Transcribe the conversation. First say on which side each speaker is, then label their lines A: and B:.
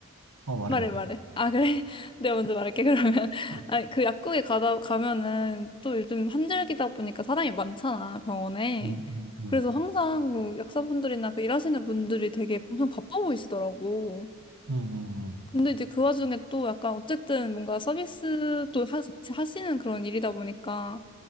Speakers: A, on the right (about 80°); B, on the left (about 20°).
A: 어, 말해,
B: 말해,
A: 말해.
B: 말해. 아, 그래? <laughs> 내가 먼저 말할게, 그러면. <laughs>
A: 응,
B: 아니, 그 약국에 가다, 가면은 또 요즘 환절기다 보니까 사람이 많잖아, 병원에.
A: 응, 응,
B: 그래서 항상 그 약사분들이나 그 일하시는 분들이 되게 엄청 바빠 보이시더라고.
A: 응, 응,
B: 근데 이제 그 와중에 또 약간 어쨌든 뭔가 서비스도 하, 같이 하시는 그런 일이다 보니까